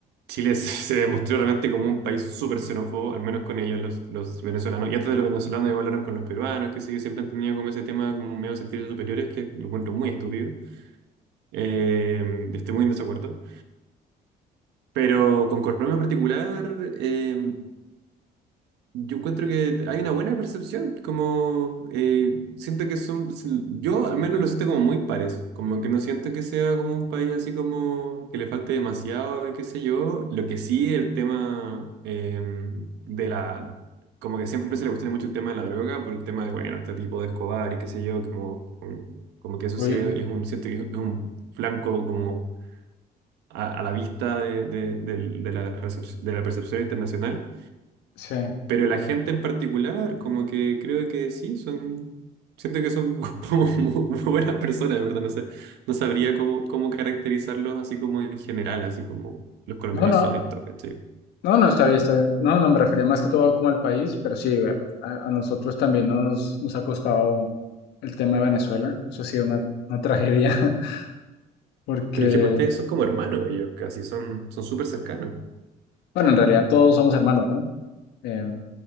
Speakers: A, on the right; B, on the left.
A: Chile <laughs> se se demostró realmente como un país súper xenófobo, al menos con ellos, los, los venezolanos. Y antes de los venezolanos, igual hablaron con los peruanos, que sí, siempre han tenido como ese tema, como medio de sentirse superiores, que lo encuentro muy estúpido. Eh, estoy muy en desacuerdo. Pero con Colombia en particular, eh, Yo encuentro que hay una buena percepción, como eh, siento que son, yo al menos lo siento como muy pares, como que no siento que sea como un país así como que le falte demasiado, y qué sé yo, lo que sí el tema eh, de la, como que siempre se le cuestiona mucho el tema de la droga por el tema de, bueno, este tipo de Escobar y qué sé yo, como, como, como que eso
B: Uy,
A: sí es, es un, siento que es un flanco como a, a la vista de, de, del- de la, recepc- de la percepción internacional.
B: sí.
A: Pero la gente en particular, como que creo que sí, son, siento que son <laughs> como muy, muy buenas personas, en verdad, no sé, no sabría cómo, cómo caracterizarlos así como en general, así como los colombianos
B: No, no,
A: son estos, ¿cachai?
B: no, no, está bien, está bien. No, no, me refería más que todo como al país, pero sí, güey, a, a nosotros también nos, nos ha costado el tema de Venezuela. Eso ha sido una, una tragedia, <laughs> porque,
A: Pero es que pues, ustedes son como hermanos, ellos casi son, son súper cercanos.
B: bueno, en realidad todos somos hermanos, ¿no? Eh,